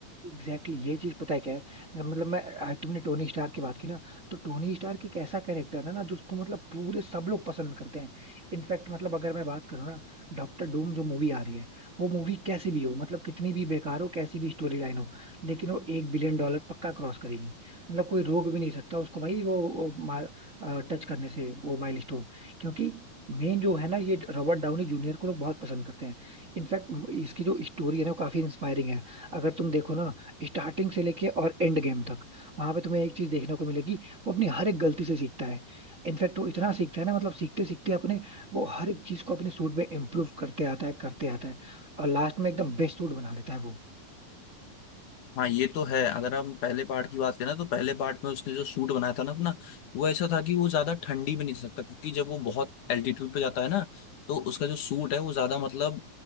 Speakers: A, on the right (about 30°); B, on the left (about 65°).
A: एग्जैक्टली exactly, ये चीज पता है क्या है मतलब मैं आज तुमने टोनी स्टार की बात की ना तो टोनी स्टार एक ऐसा कैरेक्टर है ना जिसको मतलब पूरे सब लोग पसंद करते हैं इनफैक्ट मतलब अगर मैं बात करूँ ना डॉक्टर डूम जो मूवी आ रही है वो मूवी कैसी भी हो मतलब कितनी भी बेकार हो कैसी भी स्टोरी लाइन हो लेकिन वो एक बिलियन डॉलर पक्का क्रॉस करेगी मतलब कोई रोक भी नहीं सकता उसको भाई वो, वो टच करने से वो माइलस्टोन क्योंकि मेन जो है ना ये रॉबर्ट डाउनी जूनियर को लोग बहुत पसंद करते हैं इनफैक्ट इसकी जो स्टोरी है ना वो काफी इंस्पायरिंग है अगर तुम देखो ना स्टार्टिंग से लेके और एंड गेम तक वहां पे तुम्हें एक चीज देखने को मिलेगी वो अपनी हर एक गलती से सीखता है इनफैक्ट वो इतना सीखता है ना मतलब सीखते सीखते अपने वो हर एक चीज को अपने सूट में इम्प्रूव करते आता है करते आता है और लास्ट में एकदम बेस्ट सूट बना लेता है वो
B: हाँ ये तो है अगर हम पहले पार्ट की बात करें तो पहले पार्ट में उसने जो सूट बनाया था ना अपना वो ऐसा था कि वो ज्यादा ठंडी में नहीं सकता क्योंकि जब वो बहुत एल्टीट्यूड पे जाता है ना तो उसका जो सूट है वो ज्यादा मतलब